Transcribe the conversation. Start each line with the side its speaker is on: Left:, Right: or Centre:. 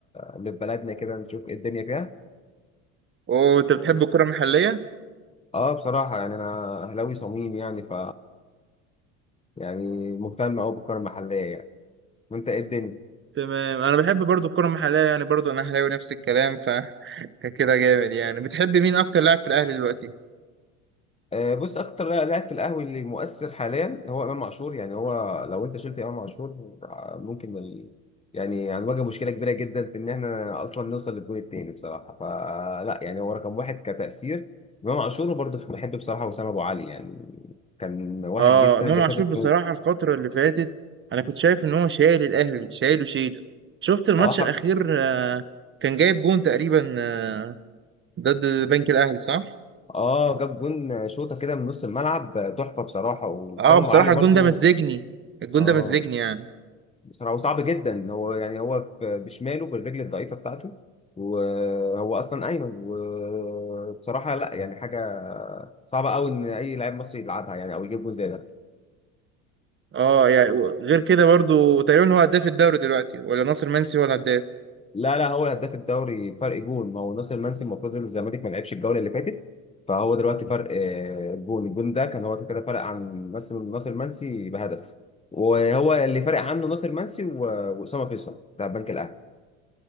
Left: اللي في بلدنا كده نشوف إيه الدنيا فيها
Right: وانت بتحب الكره المحليه
Left: أه بصراحة يعني أنا أهلاوي صميم يعني ف يعني مهتم أوي بالكرة المحلية يعني وأنت إيه الدنيا؟
Right: تمام انا بحب برضه الكره المحليه يعني برضه انا اهلاوي نفس الكلام فكده <laughs> جامد يعني بتحب مين اكتر لاعب في الاهلي دلوقتي
Left: آه، بص اكتر لاعب في القهوي اللي مؤثر حاليا هو امام عاشور يعني هو لو انت شلت امام عاشور آه، ممكن ال... يعني هنواجه مشكله كبيره جدا في ان احنا اصلا نوصل للجون التاني بصراحه فلا يعني هو رقم واحد كتاثير امام عاشور وبرضه بحب بصراحه وسام ابو علي يعني كان واحد
Right: اه
Left: جه السنه
Right: امام
Left: اللي
Right: عاشور
Left: فاتت
Right: بصراحه
Left: موت
Right: الفتره اللي فاتت انا كنت شايف ان هو شايل الاهلي شايله شيل شفت الماتش
Left: اه حر...
Right: الاخير آه، كان جايب جون تقريبا آه، ضد بنك الاهلي صح
Left: اه جاب جون شوطه كده من نص الملعب آه، تحفه بصراحه وسام
Right: اه بصراحه
Left: ابو علي برضه
Right: الجون ده مزجني الجون
Left: اه
Right: ده مزجني يعني
Left: بصراحة هو صعب جدا هو يعني هو في- بشماله بالرجل الضعيفة بتاعته وهو أصلا أيمن وبصراحة لا يعني حاجة صعبة أوي إن أي لاعب مصري يلعبها يعني أو يجيب جول زي ده
Right: اه يعني و- غير كده برضو تقريبا هو هداف الدوري دلوقتي ولا ناصر منسي ولا هداف
Left: لا لا هو هداف الدوري فرق جون ما هو ناصر منسي المفروض إن الزمالك ما لعبش الجولة اللي فاتت فهو دلوقتي فرق آه، جون الجون ده كان هو كده فرق عن ناصر ناصر منسي بهدف وهو اللي فرق عنه ناصر منسي و- وأسامة فيصل بتاع البنك الأهلي